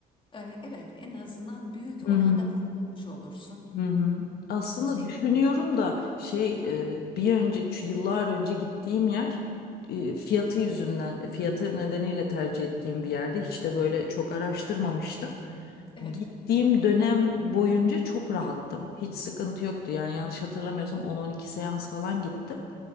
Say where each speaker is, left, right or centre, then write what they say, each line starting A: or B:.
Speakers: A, on the left; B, on the left.
A: Eh, Evet, en azından büyük
B: Hı
A: oranda
B: hı.
A: kurtulmuş olursun.
B: Hı hı. Aslında
A: Bu senin...
B: düşünüyorum da şey
A: Hı
B: e,
A: hı.
B: bir önce şu yıllar önce gittiğim yer e, fiyatı yüzünden e, fiyatı nedeniyle tercih ettiğim bir yerde hiç de böyle çok araştırmamıştım.
A: Evet,
B: Gittiğim dönem boyunca çok rahattım. Hiç sıkıntı yoktu. Yani yanlış hatırlamıyorsam on-on iki seans falan gittim